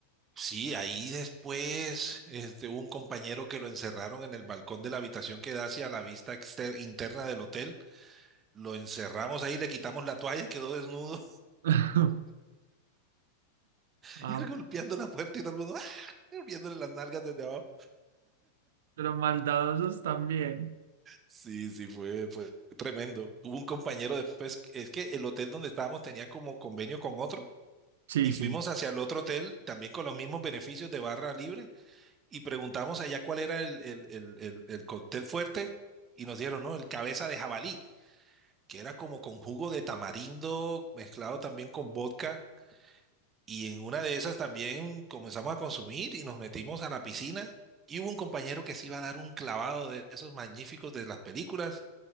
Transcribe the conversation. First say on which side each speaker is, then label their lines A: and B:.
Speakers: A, on the right (about 25°); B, on the right (about 60°).
A: sí, ahí después este, hubo un compañero que lo encerraron en el balcón de la habitación que da hacia la vista exter- interna del hotel. Lo encerramos ahí, le quitamos la toalla y quedó desnudo
B: <laughs>
A: <laughs>
B: Ah,
A: y él golpeando la puerta y todo el mundo ¡ah! viéndole las nalgas desde abajo.
B: pero maldadosos también.
A: Sí, sí, fue, fue tremendo. Hubo un compañero después, es que el hotel donde estábamos tenía como convenio con otro
B: Sí,
A: y
B: sí.
A: fuimos hacia el otro hotel también con los mismos beneficios de barra libre y preguntamos allá cuál era el, el- el- el- el cóctel fuerte y nos dieron, ¿no? El cabeza de jabalí, que era como con jugo de tamarindo mezclado también con vodka. Y en una de esas también comenzamos a consumir y nos metimos a la piscina. Y hubo un compañero que se iba a dar un clavado de esos magníficos de las películas